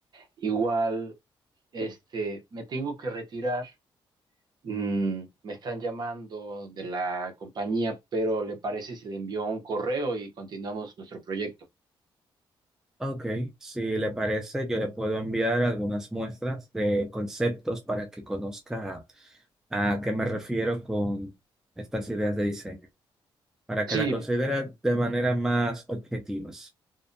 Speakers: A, on the right; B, in the centre.
A: Igual, este, me tengo que retirar. Mm, me están llamando de la compañía, pero ¿le parece si le envío un correo y continuamos nuestro proyecto?
B: Ok, si le parece, yo le puedo enviar algunas muestras de conceptos para que conozca a qué me refiero con estas ideas de diseño. para que
A: Sí,
B: la considere de manera más objetiva.